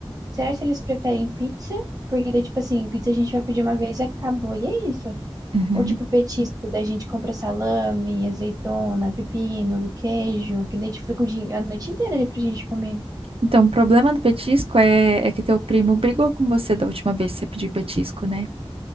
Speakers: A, on the right (about 40°); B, on the right (about 75°).
A: Será que eles preferem pizza? Porque daí, tipo assim, pizza a gente vai pedir uma vez e acabou, e é isso.
B: Uhum.
A: Ou tipo petisco, daí a gente compra salame, azeitona, pepino, queijo, que daí a gente fica o dia- a noite inteira ali pra gente comer.
B: Então, o problema do petisco é, é que teu primo brigou com você da última vez que você pediu petisco, né?